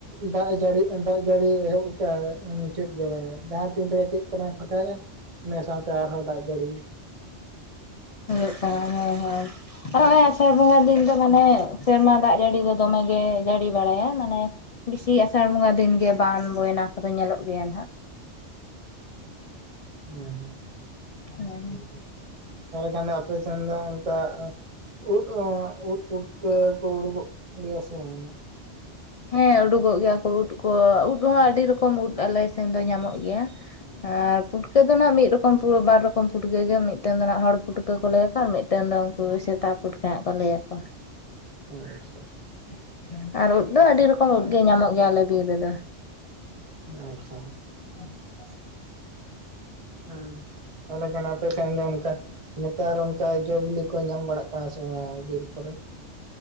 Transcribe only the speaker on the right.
ᱫᱟᱜ ᱡᱟᱹᱲᱤ ᱫᱟᱜ ᱡᱟᱹᱲᱤ ᱮᱦᱚᱵ ᱠᱟᱜᱟᱭ ᱢᱩᱪᱟᱹᱫ ᱜᱮ ᱵᱟᱹᱱᱩᱜ ᱾ ᱡᱟᱦᱟᱸ ᱛᱤᱱ ᱨᱮ ᱠᱟᱹᱴᱤᱡ ᱛᱟᱞᱟᱝ ᱮ ᱯᱷᱟᱸᱠᱟᱭᱮᱜᱼᱟ, ᱤᱱᱟᱹ ᱥᱟᱶᱛᱮ ᱟᱨ ᱦᱚᱸ ᱫᱟᱜ ᱡᱟᱹᱲᱤ᱾
ᱦᱮᱸ
ᱦᱩᱸ ᱦᱩᱸ ᱛᱟᱦᱚᱞᱮ ᱠᱷᱟᱱ ᱫᱚ ᱟᱯᱮ ᱥᱮᱱ ᱫᱚ ᱚᱝᱠᱟ ᱩᱫ ᱚ ᱩᱫ ᱯᱩᱴᱠᱟᱹ ᱠᱚ ᱩᱲᱩᱠᱚᱜ ᱜᱮᱭᱟ ᱥᱮ ᱵᱟᱝ?
<inaudible>
ᱟᱪᱪᱷᱟ᱾
<unintelligible> ᱦᱩᱸ ᱛᱟᱦᱚᱞᱮ ᱠᱷᱟᱱ ᱟᱯᱮ ᱥᱮᱱ ᱫᱚ ᱚᱱᱠᱟ ᱱᱮᱛᱟᱨ ᱚᱱᱠᱟ ᱡᱚ-ᱵᱤᱞᱤ ᱠᱚ ᱧᱟᱢ ᱵᱟᱲᱟᱜ ᱠᱟᱱᱟ ᱥᱮ ᱵᱟᱝ ᱵᱤᱨ ᱠᱚᱨᱮ?